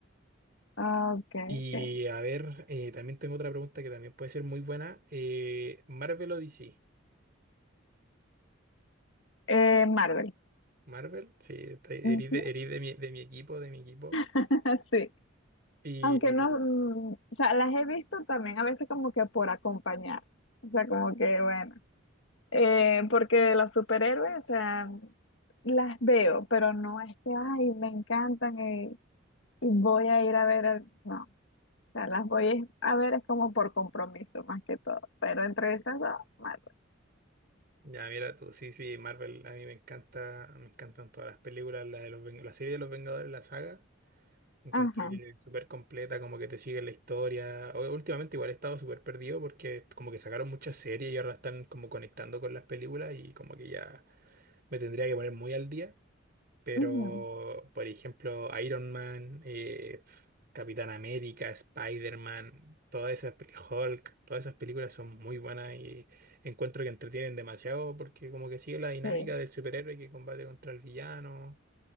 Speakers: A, on the left (about 65°); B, on the right (about 45°).
A: ah, ok,
B: Y
A: ok.
B: a ver, eh, también tengo otra pregunta que también puede ser muy buena. Eh, Marvel o DC.
A: Eh, Marvel.
B: Marvel, sí, te-
A: Ujú.
B: erí de, erí de mi, de mi equipo, de mi equipo.
A: <laughs> Sí.
B: Y
A: Aunque no, mm, o sea, las he visto también a veces como que por acompañar. O sea, como que, bueno. Eh, porque los superhéroes, o sea, las veo, pero no es que, ay, me encantan eh, y, voy a ir a ver, al-". no, o sea, las voy es- a ver es como por compromiso más que todo, pero entre esas dos, Marvel.
B: ya, mira tú, sí, sí, Marvel, a mí me encanta, me encantan todas las películas, la de los, Ven- la serie de los Vengadores, la saga. Encuentro
A: Ajá,
B: que es súper completa, como que te sigue la historia. O- Últimamente igual he estado súper perdido porque como que sacaron muchas series y ahora la están como conectando con las películas y como que ya me tendría que poner muy al día. Pero,
A: ujú,
B: por ejemplo, Iron Man, eh, Capitán América, Spider-Man, todas esas, pel- Hulk, todas esas películas son muy buenas y encuentro que entretienen demasiado porque como que sigue la dinámica
A: sí,
B: del superhéroe que combate contra el villano